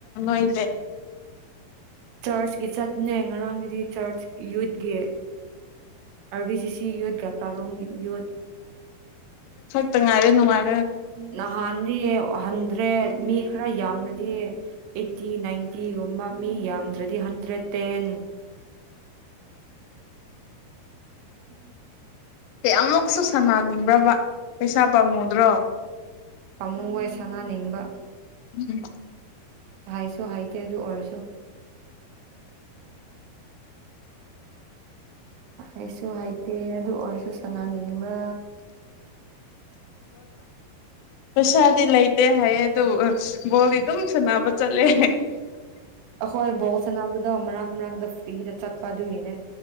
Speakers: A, on the left (about 85°); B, on the right (about 85°).
A: ꯣꯏ
B: ꯆꯔꯆꯀꯤ ꯆꯠꯅꯦ ꯉꯔꯥꯡꯒꯤꯗꯤ ꯆꯔꯆ ꯌꯨꯠꯀꯤ ꯑꯥꯔꯕꯤ ꯁꯤ ꯁꯤ ꯌꯨꯠ ꯒꯇꯥꯔꯨꯡ ꯌꯨꯠ
A: ꯉꯥꯏꯔꯅꯨꯡꯉ
B: ꯅꯍꯗꯤ ꯑꯗ꯭ꯔꯦ ꯃꯤ ꯈꯔ ꯌꯥꯝꯅꯗꯤ ꯑꯩꯠꯇꯤ ꯅꯥꯏꯟꯇꯤꯒꯨꯝꯕ ꯃꯤ ꯌꯥꯝꯗ꯭ꯔꯗꯤ ꯍꯟꯗ꯭ꯔꯦꯠ ꯇꯦꯟ ꯎꯝ
A: ꯀꯩ ꯑꯃꯨꯛꯁꯨ ꯁꯥꯟꯅꯅꯤꯡꯕ꯭ꯔꯕ ꯄꯩꯁꯥ ꯄꯥꯝꯃꯨꯗ꯭ꯔꯣ
B: ꯄꯥꯝꯃꯨ ꯍꯣꯏ ꯁꯅꯅꯤꯡꯕ
A: ꯎꯝ
B: ꯍꯥꯏꯁꯨ ꯍꯥꯏꯇꯦ ꯑꯗꯨ ꯑꯣꯏꯔꯁꯨ ꯍꯥꯏꯁꯨ ꯍꯥꯏꯩꯇꯦ ꯑꯗꯨ ꯑꯣꯏꯔꯁꯨ ꯁꯅꯥꯅꯤꯡꯕ
A: ꯄꯁꯥꯗꯂꯥꯏꯇ ꯍꯥꯏ ꯑꯗꯨ ꯕꯣꯜꯗꯤ ꯑꯗꯨꯝ ꯁꯅꯕ ꯆꯠꯂꯦ
B: ꯍꯣꯏ ꯕꯣꯁ ꯁꯥꯟꯅꯕꯗꯣ ꯃꯔꯛ ꯃꯔꯛꯇ ꯐ꯭ꯔꯤꯗ ꯆꯠꯄ ꯑꯗꯨꯒꯤꯅꯦ